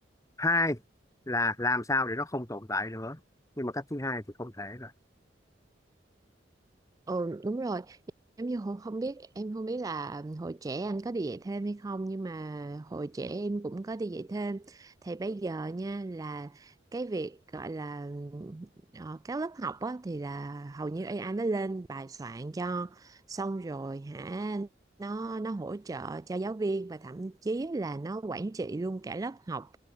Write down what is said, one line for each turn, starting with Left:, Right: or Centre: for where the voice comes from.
Left: hai là làm sao để nó không tồn tại nữa nhưng mà cách thứ hai thì không thể rồi
Right: ừ đúng rồi giống như hồi- không biết em không biết là hồi trẻ anh có đi dạy thêm hay không nhưng mà hồi trẻ em cũng có đi dạy thêm thì bây giờ nha là cái việc gọi là ờ, các lớp học á, thì là hầu như AI nó lên bài soạn cho xong rồi hả nó nó hỗ trợ cho giáo viên và thậm chí là nó quản trị luôn cả lớp học